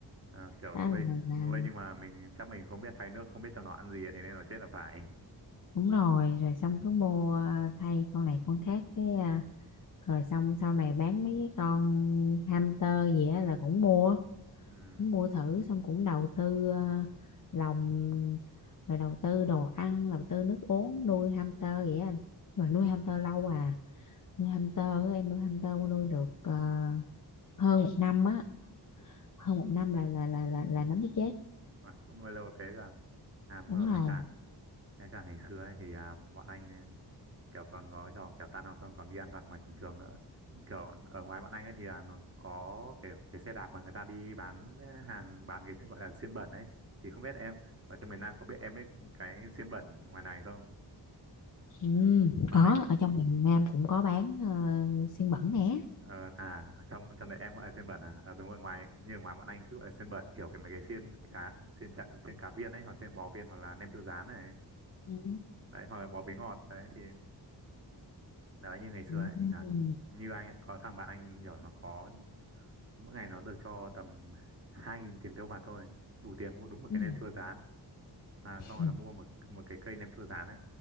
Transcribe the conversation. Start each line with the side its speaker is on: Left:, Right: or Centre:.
Right: à, kiểu
Left: đó
Right: nuôi
Left: là, là
Right: nuôi nhưng mà mình chắc mình không biết thay nước không biết cho nó ăn gì thì nên nó chết là phải
Left: đúng rồi rồi xong cứ mua ờ, thay con này con khác cái ờ, rồi xong sau này bán mấy cái con hamster gì á là cũng mua
Right: ừ
Left: cũng mua thử xong cũng đầu tư ờ, lòng rồi đầu tư đồ ăn đầu tư nước uống nuôi hamster vậy á anh nhưng mà
Right: ừ
Left: nuôi hamster lâu à nuôi hamster á, em nuôi hamster mà nuôi được ờ, hơn một năm á hơn một năm là là là là, là nó mới chết
Right: à, cũng nuôi lâu thế cả à đúng
Left: đúng
Right: rồi
Left: rồi
Right: với cả Thế cả ngày xưa ấy, thì à, bọn anh kiểu còn có trò kiểu tan học xong còn đi ăn vặt ngoài cổng trường nữa kiểu ở ngoài bọn anh ấy thì là nó có cái cái xe đạp mà người ta đi bán hàng bán cái gọi là xiên bẩn ấy thì không biết em ở trong miền Nam có biết em biết cái xiên bẩn ngoài này không
Left: ừ,
Right: mà
Left: có
Right: mày
Left: ở trong miền Nam cũng có bán ờ, xiên bẩn nè
Right: ờ, à trong trong đấy em gọi là xiên bẩn à Ờ, đúng rồi ngoài như ở ngoài bọn anh cứ gọi là xiên bẩn kiểu cái mấy cái xiên cá xiên chả, xiên cá viên ấy hoặc xiên bò viên hoặc là nem chua rán này
Left: ừ.
Right: đấy hoặc là bò bế ngọt đấy thì đấy như ngày xưa
Left: Ừ.
Right: ấy thì là
Left: Ừ.
Right: như anh ấy có thằng bạn anh nhỏ nó có mỗi ngày nó được cho tầm hai nghìn tiền tiêu vặt thôi đủ tiền mua đúng một
Left: Ừ.
Right: cái nem chua rán mà xong rồi
Left: Ừ.
Right: nó mua một một cái cây nem chua rán ấy